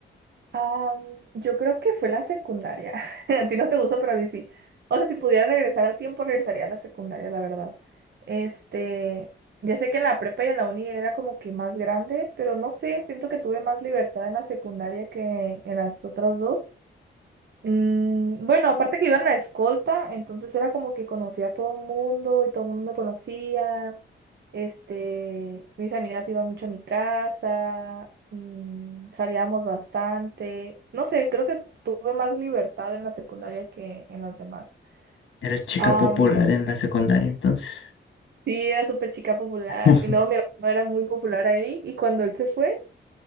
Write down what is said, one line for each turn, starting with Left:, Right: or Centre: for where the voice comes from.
Right: Am, yo creo que fue la secundaria. <laughs> A ti no te gusta, pero a mí sí. O sea, si pudiera regresar al tiempo, regresaría a la secundaria, la verdad. Este, ya sé que en la prepa y en la uni era como que más grande, pero no sé, siento que tuve más libertad en la secundaria que en las otras dos. Mm, bueno, aparte que iba en la escolta, entonces era como que conocía a todo el mundo y todo el mundo me conocía. Este, mis amigas iban mucho a mi casa, mm, salíamos bastante. No sé, creo que tuve más libertad en la secundaria que en las demás.
Left: Eras chica
Right: Am,
Left: popular en la secundaria entonces.
Right: sí, era súper chica popular.
Left: <laughs>
Right: Y luego mi hermano era muy popular ahí y cuando él se fue,